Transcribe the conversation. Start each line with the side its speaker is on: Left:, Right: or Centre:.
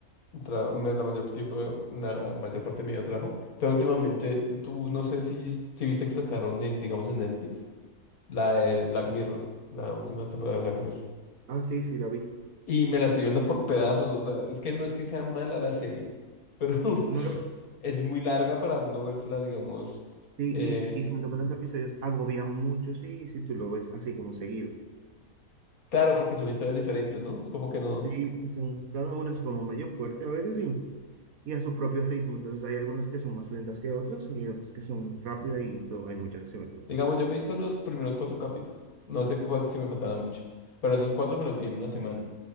Left: tra- me- la mayor tiempo, la mayor parte de mi vida trabajo. Pero últimamente, tú no sé si, si viste que sacaron en, digamos, en Netflix, la del Black Mirror, la última temporada de Black Mirror.
Right: Ah, sí, sí, la vi.
Left: Y me la estoy viendo por pedazos, o sea, es que no es que sea mala la serie, pero <laughs>
Right: No lo
Left: es muy larga para uno vérsela, digamos,
Right: Sí,
Left: eh,
Right: y, y siento que los episodios agobian mucho, sí, si tú lo ves así como seguido.
Left: claro, porque son historias diferentes, ¿no? Es como que no,
Right: Sí, y son, cada uno es como medio fuerte a veces, sí, y a su propio ritmo. Entonces hay algunas que son más lentas que otras y hay otras que son rápidas y todo, hay mucha acción. Entonces,
Left: digamos, yo me he visto los primeros cuatro capítulos, no sé cuál- si me faltaban mucho, pero esos cuatro me los vi en una semana.